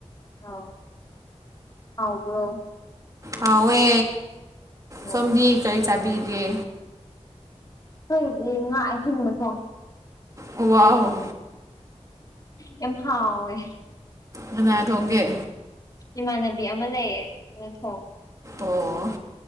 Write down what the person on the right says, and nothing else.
ꯍꯥꯎꯋꯦ
ꯁꯣꯝꯗꯤ ꯀꯔꯤ ꯆꯥꯕꯤꯒꯦ
ꯋꯥꯎ
ꯀꯅꯥ ꯊꯣꯡꯒꯦ
ꯑꯣ